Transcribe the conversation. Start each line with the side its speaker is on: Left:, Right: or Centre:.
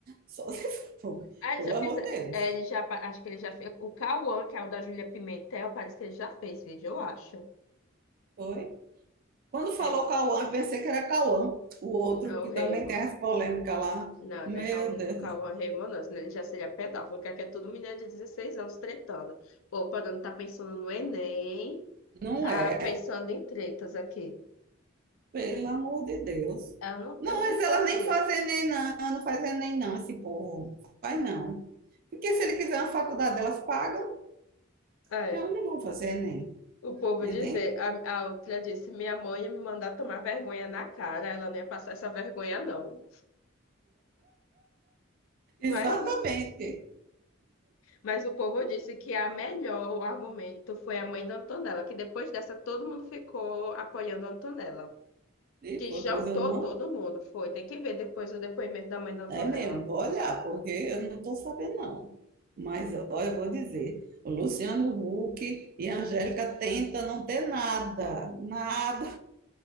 Right: Só se for.
Left: Ah, ele
Right: Pelo
Left: já fez.
Right: amor
Left: é,
Right: de Deus.
Left: Ele já, pa- acho que ele já fez. O Cauã, que é o da Júlia Pimentel, parece que ele já fez vídeo, eu acho.
Right: Foi? Quando falou
Left: É,
Right: Cauã, eu pensei que era Cauã, o outro
Left: é o
Right: que
Left: Raymond.
Right: também tem as polêmicas lá.
Left: Não,
Right: Meu
Left: né? Calma,
Right: Deus.
Left: calma, Raymond, não, senão ele já seria pedófilo, que aqui é todo menino de 16 anos tretando. Pô, quando não tá pensando no Enem,
Right: Não
Left: tá
Right: é.
Left: pensando em tretas aqui.
Right: Pelo amor de Deus.
Left: Ela não
Right: Não,
Left: tem o
Right: mas
Left: que fazer.
Right: ela nem faz Enem, não, não faz Enem, não, esse povo. Faz não. Porque se ele quiser uma faculdade, elas pagam,
Left: É,
Right: elas não vão fazer Enem.
Left: o povo
Right: Enem?
Left: dizer, a, a outra disse, minha mãe ia me mandar tomar vergonha na cara, ela não ia passar essa vergonha, não. Mas
Right: Exatamente.
Left: Mas o povo disse que a melhor, o argumento foi a mãe da Antonella, que depois dessa todo mundo ficou apoiando a Antonella.
Right: E
Left: Que
Right: foi,
Left: jantou
Right: pois eu não.
Left: todo mundo, foi. Tem que ver depois o depoimento da mãe da Antonella.
Right: É mesmo, vou olhar, porque eu não estou sabendo, não. Mas, ó, eu vou dizer, o Luciano Huck e a Angélica tentam não ter nada, nada.